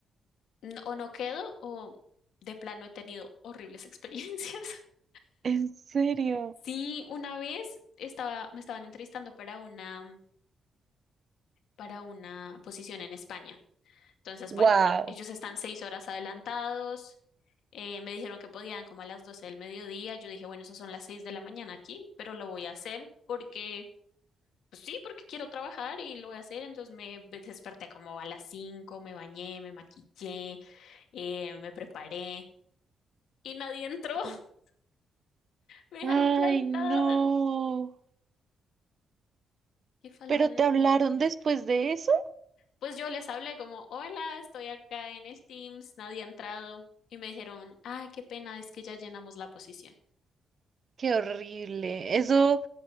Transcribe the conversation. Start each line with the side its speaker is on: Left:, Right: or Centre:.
Left: n- o no quedo o de plano he tenido horribles experiencias. <laughs>
Right: ¿En serio?
Left: Sí, una vez estaba, me estaban entrevistando para una para una posición en España. Entonces,
Right: Wow.
Left: bueno, e- ellos están seis horas adelantados. eh, me dijeron que podían como a las 12 del mediodía. Yo dije, bueno, eso son las seis de la mañana aquí, pero lo voy a hacer porque, pues sí, porque quiero trabajar y lo voy a hacer. Entonces me ve- desperté como a las cinco, me bañé, me maquillé, eh, me preparé y nadie entró. <laughs>
Right: Sí.
Left: Me dejaron
Right: Ay,
Left: plantada.
Right: no.
Left: Qué falta
Right: ¿Pero
Left: de
Right: te
Left: todo.
Right: hablaron después de eso?
Left: Pues yo les hablé como, hola, estoy acá en el Teams, nadie ha entrado. Y me dijeron, ah, qué pena, es que ya llenamos la posición.
Right: Qué horrible. Eso,